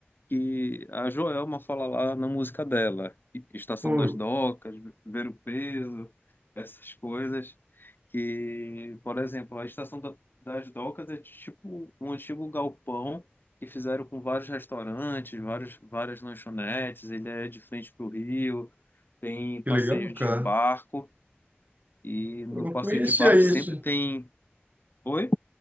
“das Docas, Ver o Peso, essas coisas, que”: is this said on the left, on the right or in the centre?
Left